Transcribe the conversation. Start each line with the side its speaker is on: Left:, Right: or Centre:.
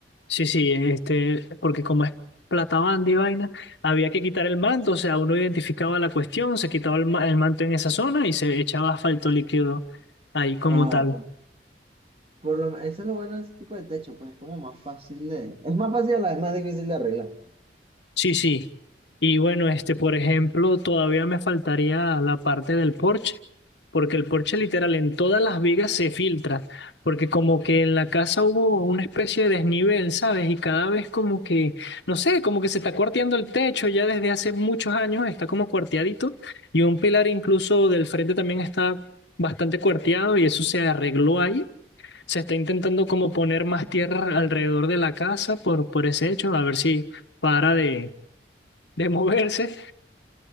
Left: Sí, sí, este, porque como es plata banda y vaina, había que quitar el manto, o sea, uno identificaba la cuestión, se quitaba el, ma- el manto en esa zona y se echaba asfalto líquido ahí como
Right: Ah,
Left: tal.
Right: por, por lo, eso es lo bueno de ese tipo de techo, pues es como más fácil de... Es más fácil, a la vez más difícil de arreglar.
Left: Sí, sí. Y bueno, este, por ejemplo, todavía me faltaría la parte del porche, porque el porche literal en todas las vigas se filtra, porque como que en la casa hubo una especie de desnivel, ¿sabes? Y cada vez como que, no sé, como que se está cuarteando el techo ya desde hace muchos años, está como cuarteadito, y un pilar incluso del frente también está bastante cuarteado y eso se arregló ahí. Se está intentando como poner más tierra alrededor de la casa por, por ese hecho, a ver si para de de moverse,